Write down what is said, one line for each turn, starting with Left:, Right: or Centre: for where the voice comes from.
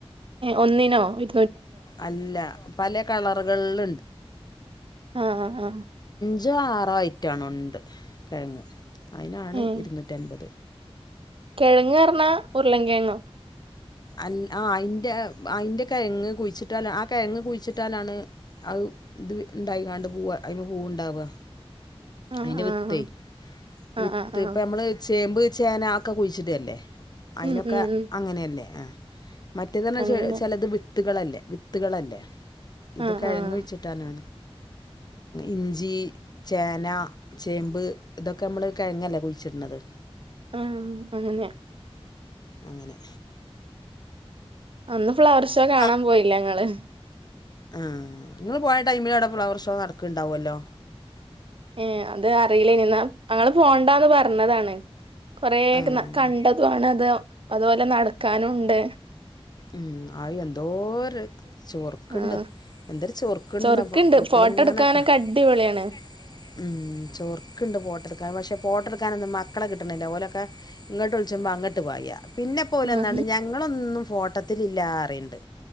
Right: ഒന്നിനോ ഇ
Left: അല്ല. പല കളറുകളിൽ
Right: ആഹ് ആ ആഹ്.
Left: ഞ്ചോ ആറോ ആയിറ്റാണുണ്ട് കിഴങ്ങ് അയിനാണ്
Right: ഉം
Left: ഇരുന്നൂറ്റൻപത്
Right: കിഴങ്ങ് പറന്നാ ഉരുളങ്കിഴങ്ങോ
Left: അല്ല ആ അയിന്റെ അയിന്റെ കെഴങ്ങ് കുഴിച്ചിട്ടാലാ ആ കെഴങ്ങ് കുഴിച്ചിട്ടാലാണ് അത് ഇത് ഇണ്ടായി കണ്ട് പൂവ അതിമ്മെ പൂവുണ്ടാവുക
Right: ആഹ്
Left: അതിന്റെ വിത്തെ
Right: ആഹ് ആഹ്
Left: വിത്ത്
Right: ആഹ് ആഹ്
Left: ഇപ്പ നമ്മള് ചേമ്പ് ചേന ആക്കെ കുഴിച്ചിടുകല്ലേ അതിനൊക്കെ
Right: ഉം ഉം ഉം
Left: അങ്ങനെയല്ലേ മറ്റേതന്നെ
Right: അങ്ങനെ
Left: ചെ ചെലത് വിത്തുകളല്ലേ? വിത്തുകളല്ലേ? ഇത്
Right: ആഹ്
Left: കെഴങ്ങ്
Right: ആഹ്
Left: വെച്ചിട്ടാണോ? ഇഞ്ചി, ചേന, ചേമ്പ് ഇതൊക്കെ നമ്മള് കെഴങ്ങല്ലേ കുഴിച്ചിടണത്?
Right: ആഹ് അങ്ങനെയാ?
Left: അങ്ങനെ.
Right: <unintelligible> ഫ്ലവർ ഷോ കാണാൻ
Left: ആ
Right: പോയില്ലെങ്ങള്?
Left: ആഹ് ഇങ്ങള് പോയ ടൈമില് അവിടെ ഫ്ലവർ ഷോ നടക്കുണ്ടാവല്ലോ.
Right: ആഹ് എന്താ അറിയില്ല ഇയിനിന്നും. ഞങ്ങള് പോണ്ടാന്ന് പറ പറഞ്ഞതാണ്. കൊറേ
Left: ആഹ്
Right: കണ്ടതും ആണത്. അതുപോലെ നടക്കാനും ഒണ്ട്.
Left: ഉം ആയി എന്തോ ഒരു ചൊറുക്കുണ്ട്.
Right: ആഹ്
Left: എന്തരു ചൊറുക്കുണ്ടെന്നാ
Right: ചൊറുക്കുണ്ട്
Left: പൂക്കളിങ്ങനെ
Right: ഫോട്ടോ എടുക്കാനൊക്കെ
Left: കാ. ഫോട്ടോ
Right: അടിപൊളിയാണ്
Left: എടുക്കാനൊക്കെ അടിപൊളിയാണ്. മ്ഹ് ചൊറുക്കുണ്ട് പോട്ടോയെടുക്കാൻ. പക്ഷേ പോട്ടോ എടുക്കാനൊന്നും മക്കളെ കിട്ടണില്ല. ഓലൊക്കെ ഇങ്ങട്ട വിളിച്ചുമ്പം അങ്ങോട്ട് പാരാ. പിന്നെ പോലെ എന്നാണ്
Right: ആഹ്
Left: ഞങ്ങളൊന്നും ഓട്ടത്തിലില്ലാ അറിയെണ്ട്